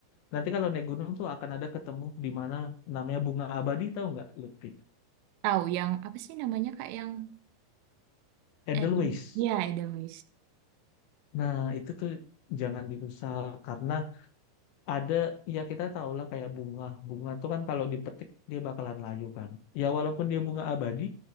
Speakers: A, on the left; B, on the right.
A: nanti kalau naik gunung tuh akan ada ketemu di mana namanya bunga abadi tahu nggak Lutfi
B: Tahu yang apa sih namanya Kak yang
A: Edelweiss
B: eh, ya Edelweiss.
A: nah itu tuh jangan dirusak karena ada ya kita tahu lah kayak bunga bunga tuh kan kalau dipetik dia bakalan layu kan ya walaupun dia bunga abadi